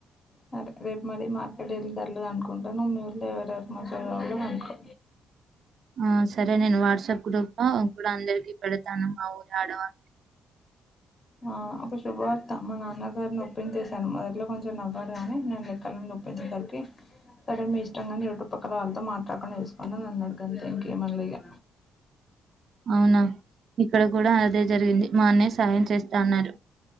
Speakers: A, on the left; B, on the right.
A: సరే రేపు మది మార్కెట్ వెళ్ళి ధరలుగా అనుకుంటాను నువ్ మీ ఊర్లో ఎవర్ ఎవరికి మసాలా కావాలో కనుకో
B: ఆహ్ సరే నేను వాట్సాప్ గ్రూప్ లో ఇప్పుడు అందరికి. పేడతాను మా ఊరి ఆడవాళ్ళుకి.
A: ఆహ్ ఒక శుభవార్త మా నాన్నగారిని ఒప్పించేసాను. మొదట్లో కొంచెం నవ్వారు కాని నేను లెక్కలు. <unintelligible> అందరికీ. సరే మీ ఇష్టంగాని ఇంటి పక్కల వాళ్ళతో మాట్లడకుండ చూసుకోండి అని అన్నాడు కానీ గంతే ఇంకా ఏమనలేదు ఇగ
B: అవునా ఇక్కడ కూడా అదే జరిగింది మా అన్నయ్య సాయం చేస్త అన్నారు